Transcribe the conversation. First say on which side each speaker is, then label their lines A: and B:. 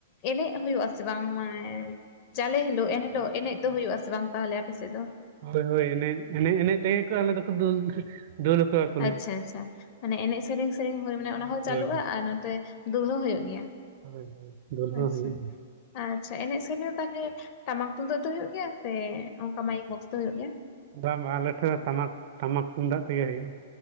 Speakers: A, on the left; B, on the right.
A: ᱮᱱᱮᱡ ᱦᱩᱭᱩᱜ ᱟᱥᱮ ᱵᱟᱝ? ᱢᱟᱱᱮ ᱪᱟᱞᱮ ᱦᱤᱞᱳᱜ ᱮᱱᱦᱤᱞᱳᱜ ᱮᱱᱮᱡ ᱫᱚ ᱦᱩᱭᱩᱜ ᱟᱥᱮ ᱵᱟᱝ ᱛᱟᱦᱚᱞᱮ ᱟᱯᱮ ᱥᱮᱫ ᱫᱚ?
B: ᱦᱳᱭ ᱦᱳᱭ ᱮᱱᱮᱡ ᱮᱱᱮᱡ ᱮᱱᱮᱡ ᱛᱮᱜᱮ ᱠᱚ ᱟᱞᱮ ᱫᱚᱠᱚ ᱫᱟᱹᱞ ᱫᱩᱞ ᱠᱚᱣᱟᱠᱚ᱾
A: ᱟᱪᱪᱷᱟ ᱟᱪᱪᱷᱟ ᱢᱟᱱᱮ ᱮᱱᱮᱡ ᱥᱮᱨᱮᱧ ᱥᱮᱨᱮᱧ ᱦᱩᱭ ᱢᱟᱱᱮ ᱚᱱᱟ ᱦᱚᱸ
B: ᱦᱳᱭ
A: ᱪᱟᱞᱩᱜᱼᱟ᱾ᱟᱨ ᱱᱚᱛᱮ ᱫᱩᱞ ᱦᱚᱸ ᱦᱩᱭᱩᱜ ᱜᱮᱭᱟ?
B: ᱦᱳᱭ ᱦᱳᱭ᱾ ᱫᱩᱞ ᱦᱚᱸ
A: ᱟᱪᱪᱷᱟ
B: ᱦᱩᱭᱩᱜ
A: ᱟᱪᱪᱷᱟ ᱮᱱᱮᱡ ᱥᱮᱨᱮᱧ ᱛᱟᱦᱞᱮ ᱴᱟᱢᱟᱠ ᱛᱩᱢᱫᱟᱜ ᱫᱚ ᱦᱳᱭᱳᱜ ᱜᱮᱭᱟ ᱥᱮ ᱚᱱᱠᱟ ᱢᱟᱭᱤᱠ ᱵᱚᱠᱥ ᱛᱮ ᱦᱳᱭᱳᱜ ᱜᱮᱭᱟ?
B: ᱵᱟᱝ ᱵᱟ ᱟᱞᱮ ᱴᱷᱮᱡ ᱫᱚ ᱴᱟᱢᱟᱠ ᱴᱟᱢᱟᱠ ᱛᱩᱢᱫᱟᱜ ᱛᱮᱜᱮ ᱦᱩᱭᱩᱜ-ᱟ᱾